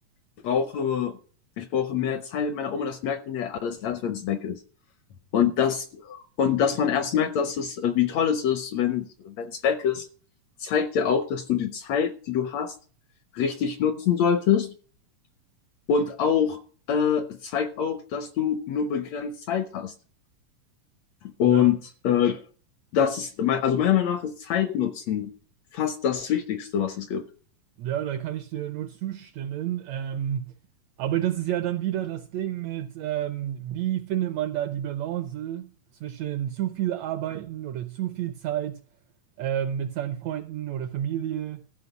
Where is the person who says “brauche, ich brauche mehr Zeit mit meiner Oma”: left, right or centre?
Left